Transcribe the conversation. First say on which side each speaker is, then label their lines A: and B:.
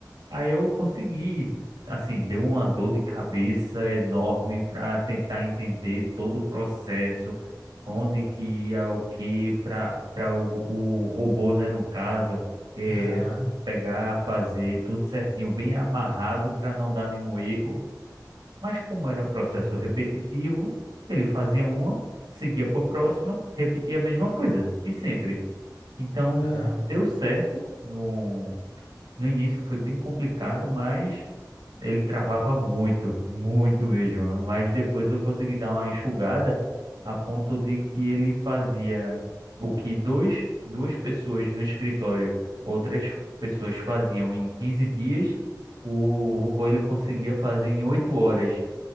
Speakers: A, on the right; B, on the left.
A: Aí eu consegui, assim, deu uma dor de cabeça enorme para tentar entender todo o processo, onde que ia o que para para o, o robô, né, no caso, é
B: Aham.
A: pegar, fazer tudo certinho, bem amarrado para não dar nenhum erro. Mas como era processo
B: uhum.
A: repetitivo, ele fazia uma, seguia para a próxima, repetia a mesma coisa, e sempre. Então,
B: Aham,
A: deu certo. No, no início foi bem complicado, mas ele travava muito, muito mesmo. Mas depois eu consegui dar uma enxugada a ponto de que ele fazia o que dois, duas pessoas no escritório, outras pessoas faziam em 15 dias, o robô ele conseguia fazer em 8 horas